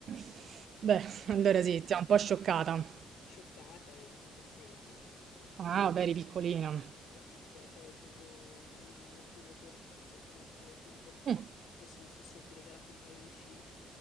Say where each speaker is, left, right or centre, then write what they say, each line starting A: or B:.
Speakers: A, on the right; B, on the left.
A: <laughs> Beh, allora sì, ti ha un po' scioccata.
B: scioccata, avevo tipo sei anni, quindi
A: Ah, vabbè, eri piccolina.
B: piccola piccola. Poi ho preso in mano lo snowboard, sono sempre andata con lo snowboard
A: Mm,
B: Adesso mi sono stati regalati un paio di sci,